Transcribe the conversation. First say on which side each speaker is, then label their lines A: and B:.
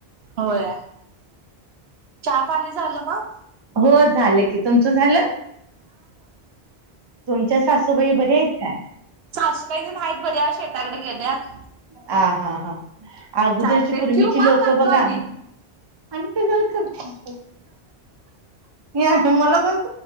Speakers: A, on the right (about 75°); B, on the right (about 30°).
A: होया चहा पाणी झालं मग?
B: हो झालं कि तुमचं झालं. तुमच्या सासूबाई बरे आहेत काय?
A: साशुबाई ज नाहीत बर शेताकडे गेल्यात.
B: ह हा हा अगोदरची
A: चालते
B: पूर्वीची
A: क्यू म
B: लोक
A: करतो
B: बघा
A: आणि
B: आणि काय झालं कर या मला का